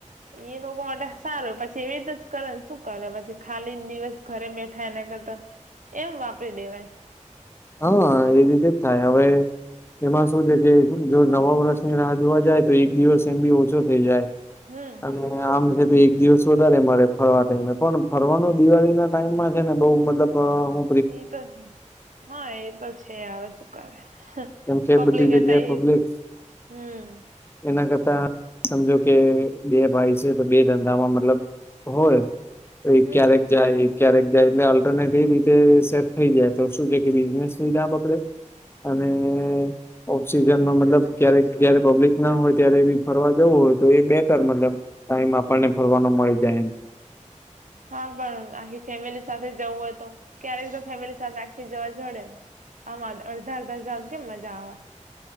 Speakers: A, on the right; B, on the left.
A: ઈ લોકો માટે સારું પછી એવી રીતે જ કરે ને શું કરે પછી ખાલી દિવસ ઘરે બેઠા એના કરતા. એમ વાપરી દેવાય.
B: હા એ રીતે જ થાય હવે એમાં શું છે કે જો નવા વરસની રાહ જોવા જાય તો એક દિવસ એમ બી ઓછો થઈ જાય.
A: હમ
B: હલો. આમ છે તો એક દિવસ વધારે મળે ફરવા ટાઈમે પણ ફરવાનું દિવાળી ના ટાઈમમાં છે ને બહુ મતલબ બ હુ
A: એ તો હા એ તો છે હવે શું કરે.
B: કેમ કે
A: પબ્લિકે
B: બધી જગ્યાએ
A: તઈ
B: પબ્લિક
A: હમ.
B: એના કરતા સમજો કે બે ભાઈ છે તો બે ધંધામાં મતલબ હોય તો એ
A: હમ
B: ક્યારેક જાય ક્યારેક જાય એટલે અલ્ટરનેટ એ રીતે સેટ થઈ જાય તો શું છે કે બિઝનેસબી ના બગડે અને ઓફ સિજન મા મતલબ ક્યારેક જયારે પબ્લિક ના હોય ત્યારે બી ફરવા જવું હોય તો એ બેતર મતલબ ટાઈમ આપણને ફરવાનો મળી જાય એમ.
A: હા પણ આખી ફેમિલી સાથે જવું હોય તો ક્યારેક તો ફેમિલી સાથે આખી જવા જડેને. આમ અદ અડધા અડધા જાવ કેમ મજા આવે.